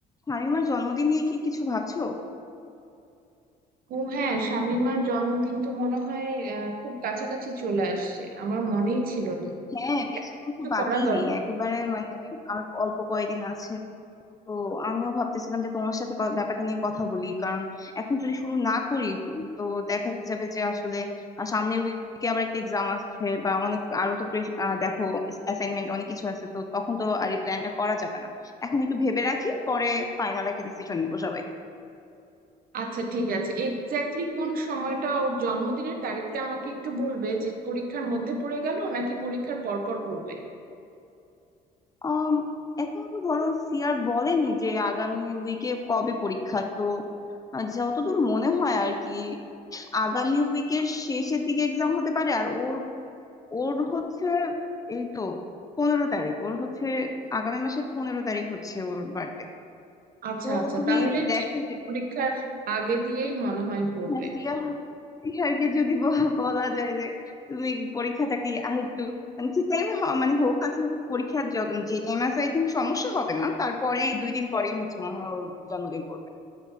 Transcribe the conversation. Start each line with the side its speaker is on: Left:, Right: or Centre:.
Left: শামিমার জন্মদিন নিয়ে কি কিছু ভাবছো
Right: ও হ্যাঁ শামীমার জন্মদিন তো মনে হয় আহ, খুব কাছাকাছি চলে আসছে আমার মনেই ছিল না
Left: হ্যাঁ বেশি কিন্তু
Right: কিছু
Left: বাকিই
Right: করা দরকার
Left: নেই একেবারে মানে আর অল্প কয়েকদিন আছে তো আমিও ভাবতেছিলাম যে তোমার সাথে ক- ব্যাপারটা নিয়ে কথা বলি কারণ এখন যদি শুরু না করি উম, তো দেখা যাবে যে আসলে আহ, সামনের উইকে আবার একটা এক্সাম আসছে বা অনেক আরো তো প্রেস- আহ, দেখো অ্যাসাইনমেন্ট অনেক কিছু আছে তো তখন তো আর এই প্ল্যানটা করা যাবে না এখন একটু ভেবে রাখি পরে ফাইনাল একটা ডিসিশন নিবো সবাই
Right: আচ্ছা ঠিক আছে এক্স্যাক্টলি কোন সময়টা ওর জন্মদিনের তারিখটা আমাকে একটু বলবে যে পরীক্ষার মধ্যে পড়ে গেল নাকি পরীক্ষার পরপর পড়বে
Left: আম, এখন ধরো সিআর বলেনি যে আগামী উইকে কবে পরীক্ষা তো আহ, যতদূর মনে হয় আর কি আগামী উইকের শেষের দিকে এক্সাম হতে পারে আর ওর ওর হচ্ছে এই তো পনেরো তারিখ ওর হচ্ছে আগামী মাসের পনেরো তারিখ হচ্ছে ওর বার্থডে
Right: আচ্ছা
Left: তো
Right: আচ্ছা
Left: তুমি
Right: তাহলে
Left: দেখো
Right: ঠিক
Left: যে
Right: পরীক্ষার আগে দিয়েই মনে হয় পড়বে
Left: নাসিয়া নাসিহাকে যদি ব- বলা যায় যে তুমি পরীক্ষাটা কি আরেকটু মানে ঠিক টাইমে মানে হোক আসলে পরীক্ষার জ- যে টাইম আছে আই থিঙ্ক সমস্যা হবে না তারপরে দুই দিন পরেই হচ্ছে মনে হয় ওর জন্মদিন পড়বে